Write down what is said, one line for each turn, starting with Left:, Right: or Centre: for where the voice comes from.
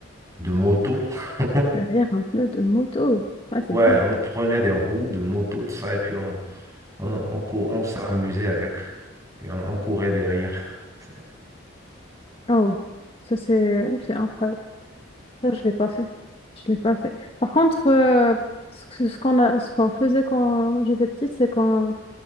Right: de moto, <laughs>
Left: Derrière un pneu de moto. Ouais, c'est
Right: ouais,
Left: dingue.
Right: on prenait des roues de moto, tout ça, et puis on, On, on, cou- on s'amusait avec et on, on courait derrière. <laughs>
Left: Oh, ça c'est c'est incroyable. Ça, je l'ai pas fait. Je l'ai pas fait. Par contre, euh, ce que- ce qu'on a, ce qu'on faisait quand j'étais petite, c'est quand